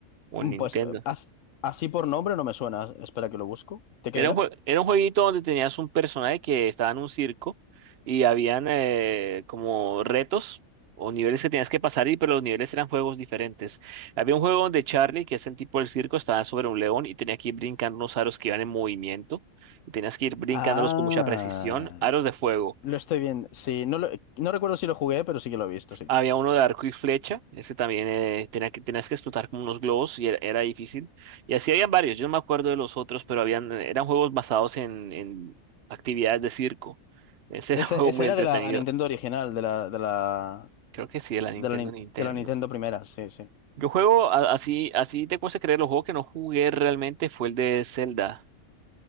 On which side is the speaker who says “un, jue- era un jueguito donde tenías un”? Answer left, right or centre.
Right